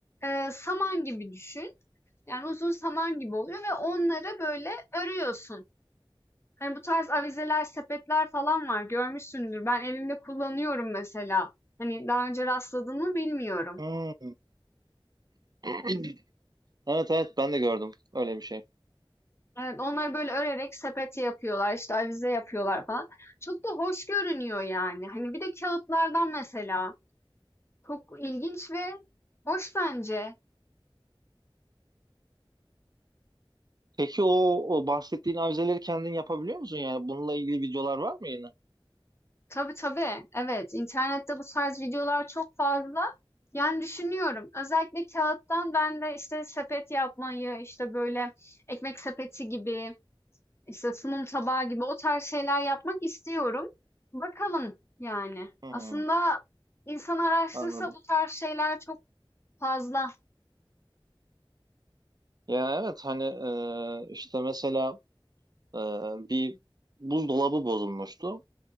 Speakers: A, on the left; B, on the right.
A: e, saman gibi düşün. Yani uzun saman gibi oluyor ve onları böyle örüyorsun. Hani bu tarz avizeler, sepetler falan var. Görmüşsündür. Ben evimde kullanıyorum mesela. Hani daha önce rastladın mı bilmiyorum.
B: Hı. <clears throat> Evet evet ben de gördüm öyle bir şey.
A: Evet, onları böyle örerek sepet yapıyorlar, işte avize yapıyorlar falan. Çok da hoş görünüyor yani. Hani bir de kağıtlardan mesela. Çok ilginç ve hoş bence.
B: Peki o, o bahsettiğin avizeleri kendin yapabiliyor musun? Yani bununla ilgili videolar var mı yine?
A: Tabii tabii. Evet, internette bu tarz videolar çok fazla. Yani düşünüyorum. Özellikle kağıttan ben de işte sepet yapmayı, işte böyle ekmek sepeti gibi, işte sunum tabağı gibi o tarz şeyler yapmak istiyorum. Bakalım yani.
B: Hmm,
A: Aslında insan araştırsa
B: anladım.
A: bu tarz şeyler çok fazla.
B: Ya evet hani e, işte mesela e, bir buzdolabı bozulmuştu.